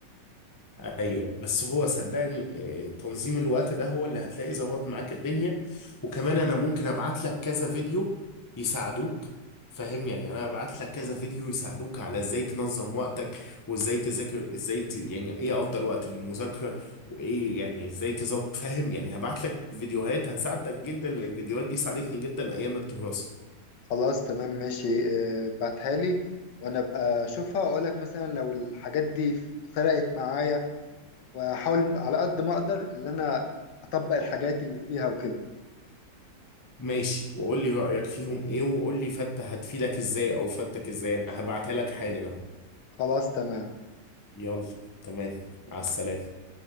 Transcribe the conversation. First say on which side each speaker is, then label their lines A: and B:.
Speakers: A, on the left; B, on the left.
A: ايوه بس هو صدقني آه، تنظيم الوقت ده هو اللي هتلاقي ظبط معاك الدنيا وكمان انا ممكن ابعت لك كذا فيديو يساعدوك فاهم يعني انا ابعت لك كذا فيديو يساعدوك على ازاي تنظم وقتك وازاي تذاكر ازاي ت... يعني ايه افضل وقت للمذاكره وايه يعني ازاي تظبط فاهم يعني هبعت لك فيديوهات هتساعدك جدا لان الفيديوهات دي ساعدتني جدا ايام الدراسه
B: خلاص تمام ماشي آه، بعتها لي وانا ابقى اشوفها واقول لك مثلا لو الحاجات دي فرقت معايا واحاول على قد ما اقدر ان انا اطبق الحاجات اللي فيها وكده
A: ماشي وقول لي رايك فيهم ايه وقول لي فتة هتفيدك ازاي او فتك ازاي انا هبعتها لك حالا اهو
B: خلاص تمام
A: يلا تمام مع السلامة